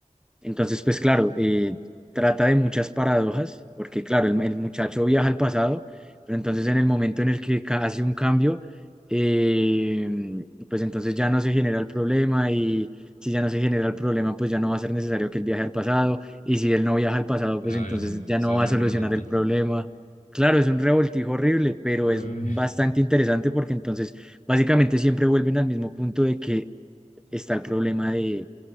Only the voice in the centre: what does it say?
Entonces, pues claro, eh, trata de muchas paradojas, porque claro, el, el muchacho viaja al pasado, pero entonces en el momento en el que ca- hace un cambio, eh, pues entonces ya no se genera el problema y si ya no se genera el problema, pues ya no va a ser necesario que él viaje al pasado y si él no viaja al pasado,
pues entonces
ya
no va a solucionar
el problema. Claro, es un revoltijo horrible, pero
es bastante interesante porque entonces básicamente siempre vuelven al mismo punto de que está el problema de